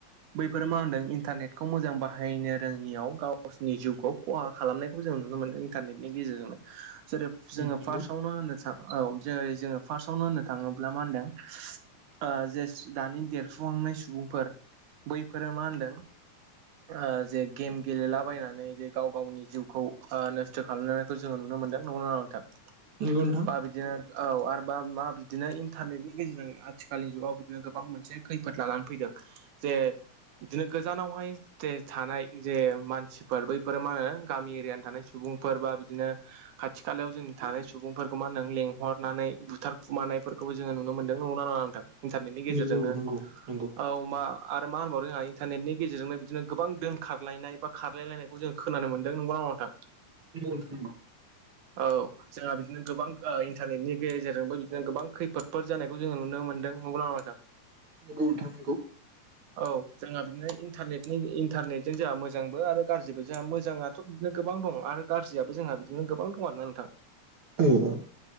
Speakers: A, on the right; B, on the right.
A: बैफोरो मा होनदों इन्टारनेटखौ मोजां बाहायनो रोङियाव गावसिरनि जिउखौ खहा खालामनायखौ जों नुनो मोनदों इन्टारनेटनि गेजेरजोंनो जेरै
B: उम
A: जोङो
B: नंगौ
A: फार्स्टआवनो
B: नंगौ
A: होननो सा औ जेरै जोङो फार्स्टआवनो होननो थाङोब्ला मा होनदों ओ जे दानि देरफुखांनाय सुबुंफोर बैफोरो मा होनदों ओ जे गेम गेलेलाबायनानै जे गाव गावनि जिउखौ नस्थ' खालामनानै जोङो नुनो मोनदों नंगौना नङा नोंथां
B: गंगौ नोंथां
A: बा बिदिनो औ आरोबा मा बिदिनो इन्टारनेटनि गेजेरजों आथिखालनि जुगाव बिदिनो गोबां मोनसे खैफोद लानानै फैदों जे बिदिनो गोजानावहाय जे थानाय जे मानसि बैफोर मा होनो गामि एरियानो थानाय सुबुं फोर बा बिदिनो खाथि खालायाव जों थानाय सुबुंफोरखौ मा नों लेंहर खनानै बुथार खुमानायफोरखौ जोङो नुनो मोनदों नंगौना नङा नोंथां इन्टारनेटनि गेजेरजोंनो
B: नंगौ नंगौ नंगौ
A: औ मा आरो मा होनबावदों जोंहा इन्टारनेटनि गेजेरजोंनो बिदिनो गोबां दोनखारलायनाय बा खारलायलायनायखौ जों खोनानो मोनदों नंगौना नङा नोंथां
B: नंगौ नोंथां नंगौ
A: औ जोंहा बिदिनो गोबां ओ इन्टारनेटनि गेजेरजोंबो बिदिनो गोबां खैफोदफोर जानायखौ जोङो नुनो मोनदों नंगौना नङा नोंथां
B: नंगौ नोंथां नंगौ
A: औ जोंहा बिदिनोन्टारनेनि इन्टारनेटजों जोंहा मोजांबो आरो गाज्रिबो जोंहा मोजां आ थपिकबो गोबां दं आरो गाज्रियाबो जोंहा बिदिनो गोबां दं आरोना नोंथां
B: औ